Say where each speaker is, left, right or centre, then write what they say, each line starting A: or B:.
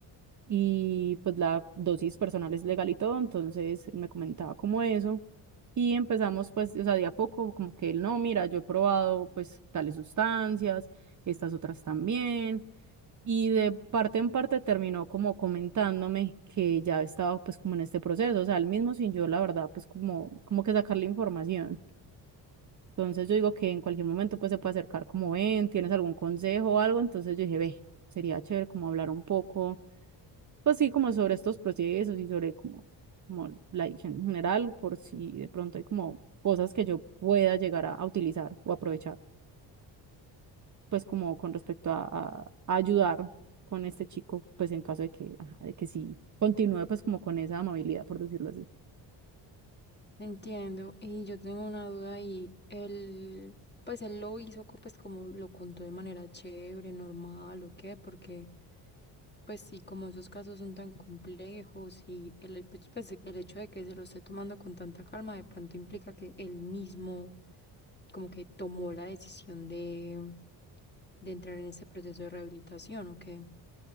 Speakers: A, on the right (about 40°); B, on the left (about 20°).
A: Y pues la dosis personal es legal y todo, entonces él me comentaba como eso. Y empezamos pues, o sea, de a poco, como que él, no, mira, yo he probado pues tales sustancias, estas otras también. Y de parte en parte terminó como comentándome que ya estaba pues como en este proceso, o sea, él mismo sin yo, la verdad, pues como, como que sacarle información. Entonces yo digo que en cualquier momento pues se puede acercar como ven, tienes algún consejo o algo, entonces yo dije, ve, sería chévere como hablar un poco, pues sí, como sobre estos procesos y sobre como, como la adicción en general, por si de pronto hay como cosas que yo pueda llegar a, a utilizar o aprovechar. pues como con respecto a, a- a ayudar con este chico, pues en caso de que, ajá, de que sí continúe pues como con esa amabilidad, por decirlo así.
B: Entiendo, y yo tengo una duda y él, pues él lo hizo co- pues como lo contó de manera chévere, normal o qué, porque pues sí, como esos casos son tan complejos y el, el pues, pues, el hecho de que se lo esté tomando con tanta calma de pronto implica que él mismo como que tomó la decisión de, de entrar en ese proceso de rehabilitación o qué.